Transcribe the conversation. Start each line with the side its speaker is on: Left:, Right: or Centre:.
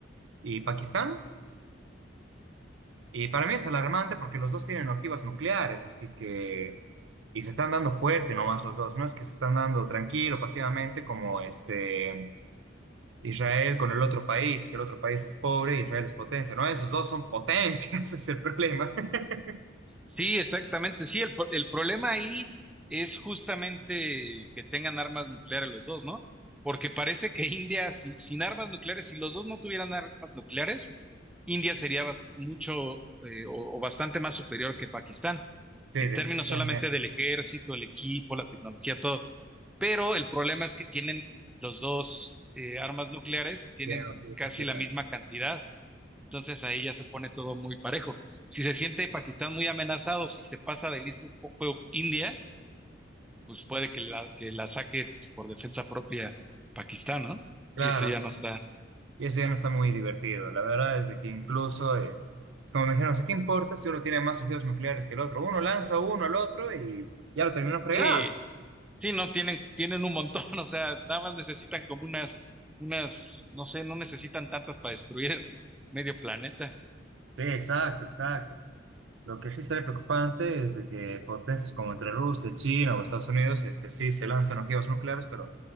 Right: y Pakistán. Y para mí es alarmante porque los dos tienen ojivas nucleares, así que... Y se están dando fuerte nomás los dos, no es que se están dando tranquilo, pasivamente, como este Israel con el otro país, que el otro país es pobre y Israel es potencia. No, esos dos son potencias, <laughs> ese es el problema. <laughs>
Centre: Sí, exactamente. Sí, el, pro- el problema ahí es justamente que tengan armas nucleares los dos, ¿no? Porque parece que India, si- sin armas nucleares, si los dos no tuvieran armas nucleares, India sería bas- mucho eh, o, o bastante más superior que Pakistán,
Right: Sí,
Centre: en
Right: definitivamente.
Centre: términos solamente del ejército, el equipo, la tecnología, todo. Pero el problema es que tienen los dos eh, armas nucleares y tienen
Right: Bien, no, sí,
Centre: casi
Right: no,
Centre: la
Right: claro,
Centre: misma cantidad. Entonces ahí ya se pone todo muy parejo. Si se siente Pakistán muy amenazado, si se pasa de listo un poco India, pues puede que la, que la saque pues, por defensa propia Pakistán, ¿no?
Right: Claro,
Centre: Y eso ya no está.
Right: y eso ya no está muy divertido. La verdad es de que incluso, eh, es como me dijeron, "¿Sí, ¿qué importa si uno tiene más ojivas nucleares que el otro? Uno lanza uno al otro y ya lo terminó fregado.
Centre: Sí, sí, no, tienen, tienen un montón, <laughs> o sea, nada más necesitan como unas, unas, no sé, no necesitan tantas para destruir medio planeta.
Right: Sí, exacto, exacto. Lo que sí estaría preocupante es de que potencias como entre Rusia, China o Estados Unidos, este, sí se lanzan ojivas nucleares, pero